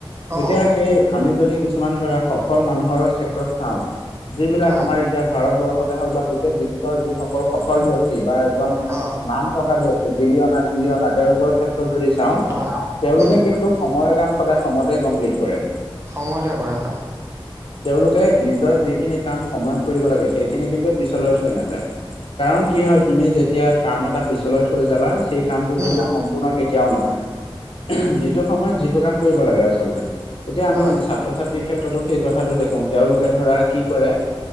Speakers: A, on the left; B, on the right.
A: এতিয়া
B: অঁ
A: সেই আমি যদি কিছুমান ধৰা সফল মানুহৰ ক্ষেত্ৰত চাওঁ। যিবিলাক
B: হয়
A: আমাৰ এতিয়া ভাৰতবৰ্ষতে হওঁক বা গোটেই বিশ্বৰ যিসকল সফল ব্যক্তি বা এজন
B: অঁ
A: নাম থকা ব্যক্তি বিলিয়না তিলিঅনাত তেওঁলোকৰ ক্ষেত্ৰত যদি চাওঁ,
B: হয়
A: তেওঁলোকে
B: উম
A: কিন্তু সময়ৰ কাম সদায় সময়তে কমপ্লিট কৰে।
B: সময়তে কৰে হয়।
A: তেওঁলোকে নিজৰ যিখিনি কাম সময়ত কৰিব লাগে সেইখিনি কিন্তু পিছলৈ থৈ নাযায়। কাৰণ কি হয় তুমি যেতিয়া কাম এটা পিছলৈ থৈ যাবা, সেই কামটো কিন্তু-
B: উম
A: সম্পূৰ্ণ কেতিয়াও নহয়। যিটো সময়ত যিটো কাম কৰিব লাগে আচলতে। এতিয়া
B: হয়
A: আমি ছাত্ৰ ছাত্ৰীৰ ক্ষেত্ৰতো সেই কথাটো দেখো তেওঁলোকে ধৰা কি কৰে, -